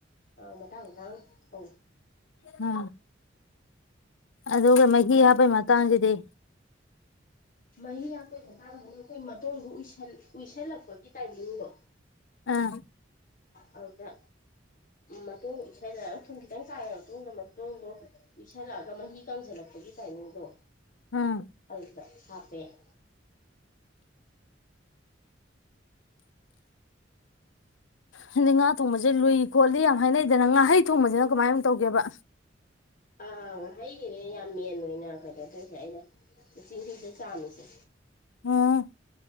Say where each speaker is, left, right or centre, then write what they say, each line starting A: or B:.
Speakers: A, on the left; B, on the left.
A: ꯑꯃꯇꯥꯡꯇꯥꯡ ꯑ
B: ꯎꯝ ꯑꯗꯨꯒ ꯃꯒꯤ
A: ꯑꯗꯨꯝ
B: ꯍꯥꯞꯄꯩ ꯃꯇꯥꯡꯁꯤꯗꯤ
A: ꯃ ꯌꯥ ꯄꯦ ꯑꯥꯡꯁꯤꯅ ꯑꯩꯈꯣꯏ ꯃꯇꯨꯡꯗ ꯎꯏꯁꯜꯂꯛꯄꯒꯤ ꯇꯥꯏꯃꯤꯡꯗꯨꯗꯣ
B: ꯑꯥ
A: ꯑꯗꯨꯗ ꯃꯇꯨꯡ ꯏꯁꯜꯂꯛꯑꯒ ꯊꯨꯝ ꯈꯤꯇꯪ ꯆꯥꯏ ꯃꯇꯨꯡꯗ ꯃꯇꯨꯡꯗꯣ ꯏꯁꯜꯂꯛꯑꯒ ꯃꯍꯤ ꯀꯪꯁꯤꯜꯂꯛꯄꯒꯤ ꯇꯥꯏꯃꯤꯡꯗꯣ
B: ꯎꯝ
A: ꯑꯜꯗ ꯍꯥꯐꯦ ꯑ
B: ꯍꯥꯏꯗꯤ ꯉꯥ ꯊꯣꯡꯕꯁꯦ ꯂꯨꯏ ꯈꯣꯠꯂꯤ ꯌꯥꯝ ꯍꯥꯏꯅꯩꯗꯅ ꯉꯥꯍꯩ ꯊꯣꯡꯕꯁꯤꯅ ꯀꯃꯥꯏ ꯑꯃ ꯇꯧꯒꯦꯕ
A: ꯑꯥ ꯑꯥ ꯍꯥꯏꯈꯤꯔꯦ ꯌꯥꯝ ꯃꯦꯜꯂꯣꯅ ꯀꯩꯅꯣ ꯇꯧꯁꯦ ꯑꯩꯅ ꯆꯤꯡꯍꯤꯁꯦ ꯆꯥꯝꯃꯤꯁꯦ
B: ꯎꯝ